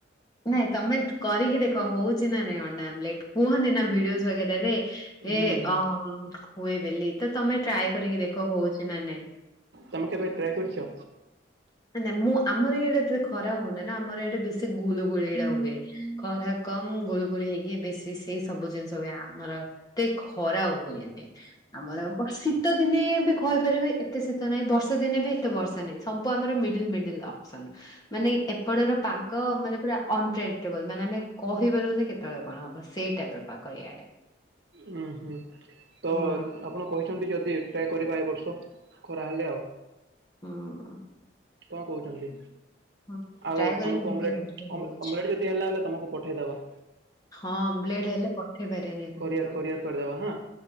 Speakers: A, on the left; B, on the right.
A: ନାଇଁ ତମେ କରିକି ଦେଖ ହଉଛି ନା ନାଇଁ ଅଣ୍ଡା ଆମ୍ବଲେଟ କୁହନ୍ତି ନା ଭିଡିଓ ସ୍ୱାକ୍ଷରରେ। ଏ
B: ହୁଁ
A: ଅ ହୁଏ ବେଲି ତ ତମେ ଟ୍ରାଏ କରିକି ଦେଖ ହଉଛି ନା ନାଇଁ। ହଁ।
B: ତମେ କେବେ ଟ୍ରାଏ କରିଛ
A: ନାଁ ମୁଁ ଆମର ଇଆଡ଼େ ଏତେ ଖରା ହଉନି ନା ଆମର ଇଆଡେ ବେଶୀ ଗୁଳୁ ଗୁଳି ଏଇଟା ହୁଏ। ଖରା କମ୍ ଗୁଳୁଗୁଳି ହେଇକି ବେଶି ସେଇ ସବୁ ଜିନିଷ ବି ଆମର ଏତେ ଖରା ହୁଏନି ଏଇନେ ଆମର ଶୀତ ଦିନେ ବି କହିପାରିବେ ଏତେ ଶୀତ ନାହିଁ। ବର୍ଷା ଦିନେ ବି ଏତେ ବର୍ଷା ସବୁ ଆମର ମିଡିଲ ମିଡିଲ୍ ଅପସନ ମାନେ ଏପଟର ପାଗ ମାନେ ପୁରା ଅନଟ୍ରେଡିଟେବଲ୍ ମାନେ ଆମେ କହିପାରୁନେ କେତେବେଳେ କଣ ହବ ସେ ଟାଇପ ର ପାଗ ଏଇଆଡେ।
B: ହୁଁ ହୁଁ ତ
A: ହୁଁ
B: ଆପଣ କହିଛନ୍ତି ଯଦି ଏଟା କରିବା ଏ ବର୍ଷ ଖରା ହେଲେ ଆଉ।
A: ହୁଁ।
B: କଣ କହୁଛନ୍ତି
A: ହଁ।
B: ଆଉ
A: ଟ୍ରାଏ କରିକି
B: ତମକୁ
A: ଦେଖ
B: ଅମେଲେଟ
A: କେମିତି ହଉଛି
B: ଅମେଲେଟ ଯଦି ହେଲା ହେଲେ ତମକୁ ପଠେଇଦବା।
A: ହଁ ଅମ୍ବେଲେଟ ହେଲେ ପାରିବନି ଏତେ
B: କୋରିଅର
A: ଦୂର
B: କୋରିଅର କରିଦବ ହଁ।